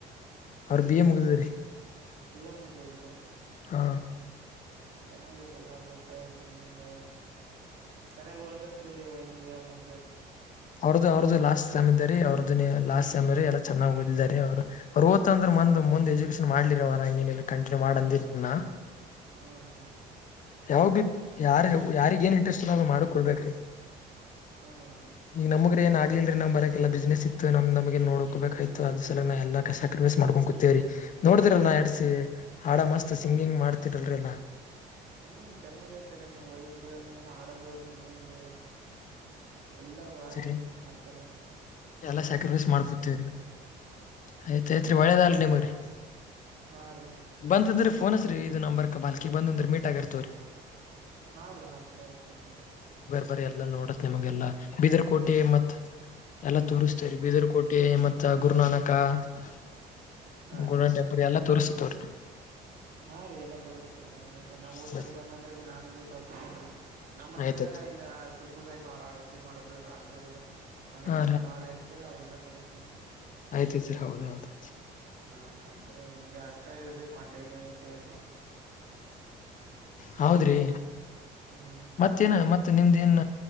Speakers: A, on the left; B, on the right.
A: ಅವ್ರ
B: ಹ್ಮ
A: ಬಿ ಎ ಮುಗಿದ್ರಿ
B: ದಯ ಮುಗ್ದ ಇದ್ದೀರ
A: ಹಾ
B: ಚೆನ್ನಾಗಿೈತ್ತಲ್ಲ ಗೊತ್ತಾ ಇರ ಮುಂದ ಚೆನ್ನಾಗಿ ಒಳದಸ್ರೀ ವೈನಿಗ ಮುಂದ
A: ಅವ್ರದ್ದು ಅವ್ರದ್ದು ಲಾಸ್ಟ್ ಸಮಮ್ ಇದ್ದರಿ ಅವ್ರದ್ದು ಅ ಲಾಸ್ಟ್ ೈಮ ಎಲ್ಲ ಚೆನ್ನಾಗ ಓದಿದಿದ್ದಾರೆ ಅವರು್ರು ಓ್ತಂದ್ರೆಂದ ಮುಂದ್ ಎಜುಕೇಶನ್ ಮಾಡ್ಲಿರಿ ಅವರು ಹಂಗನಿಲ್ಲ ಕಂಟಿನ್ಯೂ ಮಾಡ ಅಂದಿಲ್ನಾ
B: ಹ್ಮ ಹಾ
A: ಯಾವಾಗ ಬಿ ಯಾರ್ ಯಾರಿಗ ಏನ್ ಇಂಟ್ರೆಸ್ಟ್ ಮಾಡ ಕೊಡ್ಬೇಕ್ರಿ
B: ಹ್ಮ್
A: ನೀ ನಮಗೆ ಏನ್ ಆಗ್ಲಿಲ್ರಿ ನ್ ಬರಕಲ್ಲ ಬಿಸ್ನೆಸ್ ಇತ್ತು ನಮಗೆ ನೋಡ್ಕೋಬೇಕಕ್್ ಅದ ಸಲ ನಾ ಎಲ್ಲ ಸಾಕ್ರಿಫೈಸ್ ಮಾಡಕೊಂಡು ಕುೂೇವ್ರೀ ನೋಡ್ದಿರಲ್ ನಾ
B: ಹ್ಮ್
A: ಎಡ್ಸಿ ಹಾಡ ಮಸ್ತ್ ಸಿಂಗಿಂಗ್ ಮಾಡ್ತಿರಲ್ರಿಲ್ಲಾ
B: ಹ್ಮ್ ಚೆನ್ನಾಗೈತಾರೆ ನೀವು್ ವಯಸ್ಸ ನೀವ್ ಹಾಡದು ಸಿಂಗಿಂಗ್ರೀ ಎಲ್ಲಾ ಭಾರಿ
A: ಸರಿ
B: ಆಡ್ತಾರನೆ
A: ಎಲ್ಲಾ ಸ್ಯಾಕ್ರಿಫೈಸ್ ಮಾಡ್ಕೊತವ್ರಿ ಆಯ್ತ್ ಆಯ್ತ್ರಿ ಒಳ್ಳೇದಲ್ ನಿಮ್ರರಿ
B: ಹಾ ರೀ
A: ಬಂತಂದ್ರಿ ಫೋನ್ಸ ರೀ ಇದು ನಂಬರ್ ಕ ಬಾಲ್ಕ ಬಂದ್ರ ಮೀಟ್ ಆಗಿರ್ತವ್ರೀ
B: ಹಾ ರೀ ಆ್ತ ಆಯ್ತನ್ರ
A: ಬರಿ ಎಲ್ಲಾ ನೋಡಸ್ ನಿಮಗೆಲ್ಲಾ ಬೀದರ್ ಕೋಟೆ
B: ಹ್ಮ
A: ಮತ್ ಎಲ್ಲ ತೋರಿಸ್ತೇರಿ ಬೀದರ್ ಕೋಟೆ ಮತ್ತ ಗುರುನಾನಕ್ ಅಕ್ಕ
B: ಹಾ
A: ಗುಡಂಟೆಬುರಿ
B: ರೀ
A: ಎಲ್ಲ ತೋರ್ಸತ
B: ಹಾ ರೀ ಎಲ್ಲ ತೋರ್ಸ್ರಿ ಚೆನ್ನಾಗಿ್ರೀ ನಮ್ಮ
A: ನಾವ್
B: ಊರ್ ಕಡೆ ಬಂದ ಅಂದ್ರೆ ಬಿ ನಾನು ಬಿ ತೋರ್ಸೀ ನಮ್ಮ ಅಂದ್ರೆ
A: ಆಯ್ತಾಯ್ತ್
B: ಇಲ್ಲ ಸುಲ್ಪ್ರದಾಯ ಬಾಳ ಆಳ್ವಕೆ ಮಾಡಬೇಕರು ರಾಜರು ಮನೆತನ
A: ಹಾ
B: ಬಾಳ ಐತ್ರಿ ಅವ ಎಲ್ಲಾ ತೋರಿಸಸ್ತೇನ್ರಿ
A: ಆಯ್ತಾಯತ್ರಿ ಹೌದ ಹೌದು
B: ಹಾ ಮತ್ರ ಹಿಂಗಗೆ ಹಚ್ತಾ ಇರಿ ಕಂಟಗದ ಇರ್ತಾ ಇರಿ
A: ಹೌದ್ರಿ
B: ಹ್ಮ್
A: ಮತ್ತೇನ ಮತ್ತೆ ನಿಮ್ದ ಏನ್